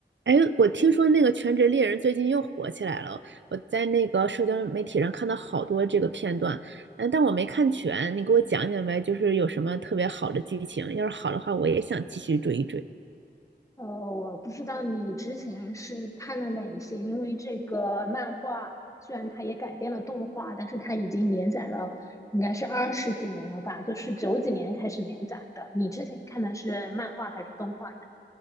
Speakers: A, on the right; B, on the left.
A: 哎，我听说那个《全职猎人》最近又火起来了，我在那个社交媒体上看到好多这个片段，嗯，但我没看全，你给我讲讲呗，就是有什么特别好的剧情，要是好的话，我也想继续追一追。
B: 呃，我不知道你之前是看了哪一些，因为这个漫画虽然它也改编了动画，但是它已经连载了，应该是二十几年了吧，就是九几年开始连载的。你之前看的是漫画还是动画呀？